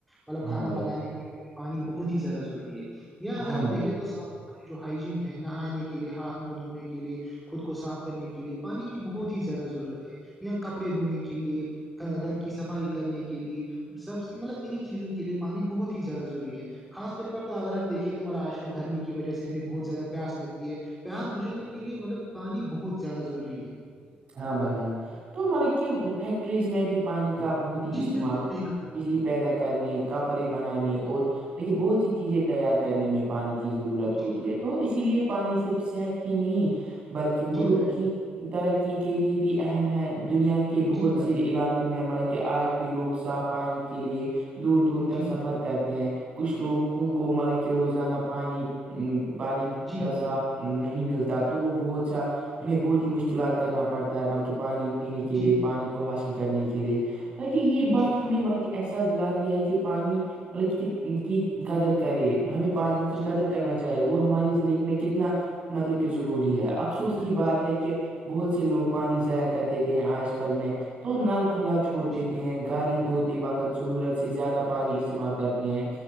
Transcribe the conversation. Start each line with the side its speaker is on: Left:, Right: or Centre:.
Centre: مطلب کھانا
Right: ہاں بھائی
Centre: پکانے
Right: جان
Centre: کے لیے پانی بہت ہی زیادہ ضروری ہے یا اگر
Right: ہاں
Centre: ہم
Right: بھائی
Centre: دیکیں
Right: جان
Centre: تو جو ہائجین ہے نہانے کے لیے ہاتھ منہ دھونے کے لیے خود کو صاف کرنے کے لیے پانی کی بہت ہی زیادہ ضرورت ہے یا کپڑے دھونے کے لیے گھر کی صفائی کرنے کی کے لیے سب مطلب انہیں چیزوں کے لیے پانی بہت ہی زیادہ ضروری ہے خاص طور پر تو اگر ہم دیکے تو ما آج کل گرمی کی وجہ سے ہمیں بہت زیادہ پیاس لگتی ہے پیاس بجانے کے لیے مطلب پانی بہت زیادہ ضروری ہے
Right: ہاں بھائی جان تو مطلب کہ فیکٹریز میں بھی پانی کا بہت ہی
Centre: جی
Right: استعمال
Centre: بالکل
Right: ہوا
Centre: صحیح کہا آپ
Right: بجلی
Centre: نے
Right: پیدا کرنے کپڑے بنانے اور م بہت سی چیزیں تیار کرنے میں پانی کی ضرورت
Centre: جی
Right: ہوتی
Centre: بھائی،
Right: ہے تو اسی لیے پانی صرف شحت ہی نہیں بلکہ
Centre: جی
Right: ملک
Centre: بھائی
Right: کی ترقی کے لیے بھی اہم ہے دنیا کے بہت
Centre: جی بھائی
Right: سے علاقوں میں مرقی آج بھی لوگ صاف پانی کے لئے دور
Centre: جان
Right: دور تک
Centre: جی
Right: سفر کرتے کچھ لوگ کو مطلب کہہ روزانہ پانی پانی
Centre: جی بھائی
Right: صاف
Centre: جان
Right: نہیں ملتا تو وہ بہت سا انہیں بہت ہی مشکلات کرنا پڑتا ہے مطلب کہ پانی پینے
Centre: جی
Right: کے لیے
Centre: بالکل،
Right: پانی کو حاصل کرنے کے لیے مطہ یہ بات
Centre: جی،
Right: ہمیں مطلب ایسا لات یہ ہے کہ پانی ملک کی قدر کرے ہمیں پی کی
Centre: جی
Right: قدر
Centre: بالکل،
Right: کرنا
Centre: بالکل،
Right: چاہیے وہ ہماری زندگی میں کتنا مطلب کہ ضروری ہے افسوس
Centre: جی
Right: کی
Centre: بالکل
Right: بات
Centre: صحیح کہا،
Right: ہے کہ بہت سے لوگ پانی ضائع کر دیتے ہیں آج کل میں تو نل کھلا چھوڑ دیتے
Centre: جی
Right: ہیں گاڑ د وقت ضرورت سے زیادہ
Centre: بالکل،
Right: پانی استعمال کرتے ہیں